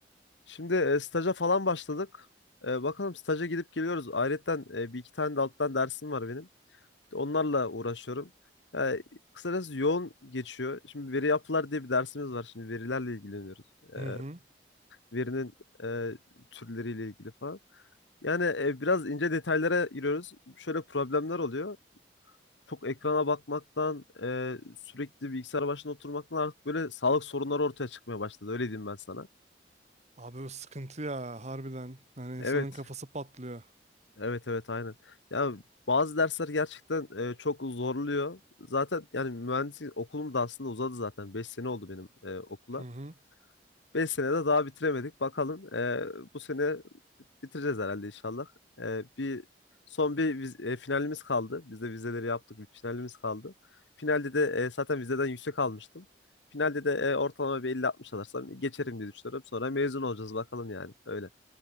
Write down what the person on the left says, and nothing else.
Şimdi e, staja falan başladık. E, bakalım staja gidip geliyoruz. Ayrıca e, bir iki tane de alttan dersim var benim. Onlarla uğraşıyorum. Yani kısacası yoğun geçiyor. Şimdi veri yapılar diye bir dersimiz var. Şimdi verilerle ilgileniyoruz.
Ee,
verinin e, türleriyle ilgili falan. Yani e, biraz ince detaylara giriyoruz. Şöyle problemler oluyor. Çok ekrana bakmaktan, e, sürekli bilgisayar başında oturmaktan artık böyle sağlık sorunları ortaya çıkmaya başladı. Öyle diyeyim ben sana.
Evet.
Evet evet aynen. Ya bazı dersler gerçekten e, çok zorluyor. Zaten yani mühendislik okulum da aslında uzadı zaten. beş sene oldu benim e, okula.
beş senede daha bitiremedik. Bakalım e, bu sene bitireceğiz herhalde inşallah. E, bir son bir viz- e, finalimiz kaldı. Biz de vizeleri yaptık. Bir finalimiz kaldı. Finalde de e, zaten vizeden yüksek almıştım. Finalde de e, ortalama bir 50-60 alırsam geçerim diye düşünüyorum. Sonra mezun olacağız bakalım yani. Öyle.